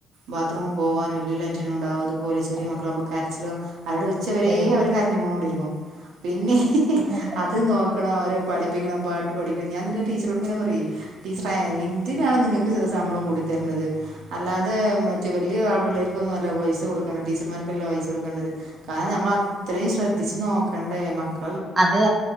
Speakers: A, on the right; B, on the right.
A: ബാത്റൂം പോവാനും എല്ലാറ്റിനും ഉണ്ടാകും അതും പോലെ ചെറിയ
B: അതെ
A: മക്കളാകുമ്പോ
B: അതെ
A: കരച്ചിലോ അവരുടെ ഉച്ചവരെ
B: ഓ
A: അവർ കരഞ്ഞുകൊണ്ടിരിക്കും പിന്നെ
B: പിന്നെന്താ
A: അത് നോക്കണം അവരെ പഠി പഠിപ്പിക്കണം പാട്ട് പഠിക്കണം ഞാൻ എന്നിട്ട് ടീച്ചറോട് ഇങ്ങനെ പറയും ടീച്ചറേ എന്തിനാണ് നിങ്ങൾക്ക് ശമ്പളം കൂടിത്തരന്നത് അല്ലാതെ മറ്റ് വലിയ ആൾ പിള്ളേർക്കൊന്നും അല്ല പൈസ കൊടുക്കണ്ട് ടീച്ചർമാർക്കല്ലെ പൈസ കൊടുക്കേണ്ടത് കാരണം നമ്മള അത്രയും ശ്രെദ്ധിച്ച് നോക്കണ്ടേ മക്ക
B: അതെ